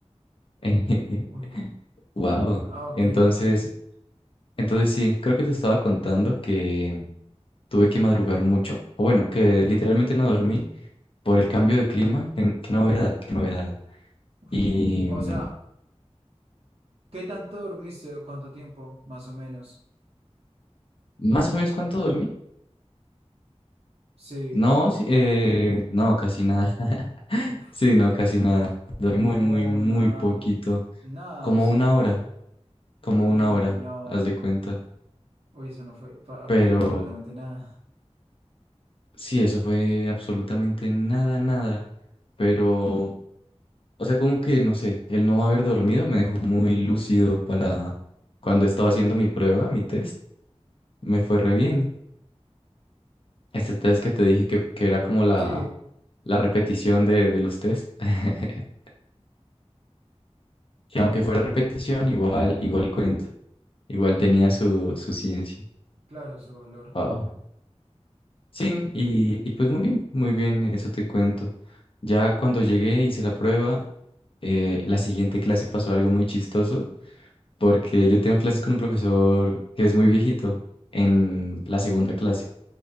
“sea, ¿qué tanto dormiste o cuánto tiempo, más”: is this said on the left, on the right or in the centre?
Right